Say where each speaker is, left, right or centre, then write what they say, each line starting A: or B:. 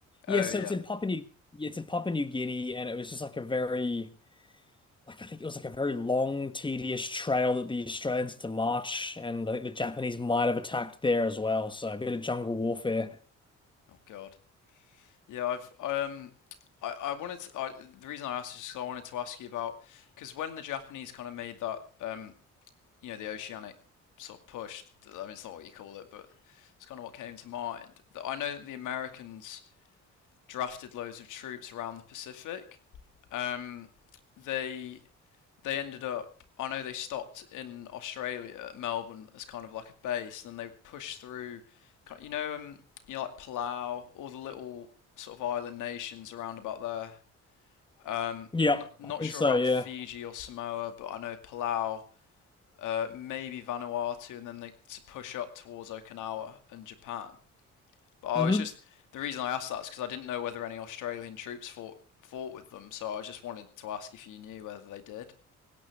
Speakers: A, on the left; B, on the left.
A: Oh
B: yeah, so
A: yeah.
B: it's in Papua New it's in Papua New Guinea, and it was just like a very like I think it was like a very long, tedious trail that the Australians had to march, and I think the Japanese might have attacked there as well. So a bit of jungle warfare.
A: Oh God. Yeah, I've um, I, I wanted to, I, the reason I asked is because I wanted to ask you about because when the Japanese kind of made that um, you know the oceanic sort of push. I mean, it's not what you call it, but it's kind of what came to mind. Th- I know that the Americans drafted loads of troops around the Pacific. Um, they they ended up. I know they stopped in Australia, Melbourne, as kind of like a base. Then they pushed through, you know, um, you know, like Palau, all the little sort of island nations around about there. Um,
B: Yep,
A: not, not
B: I think
A: sure
B: so.
A: about
B: Yeah.
A: Fiji or Samoa, but I know Palau, uh, maybe Vanuatu, and then they, to push up towards Okinawa and Japan. But I
B: Mm-hmm.
A: was just the reason I asked that is because I didn't know whether any Australian troops fought fought with them, so I just wanted to ask if you knew whether they did.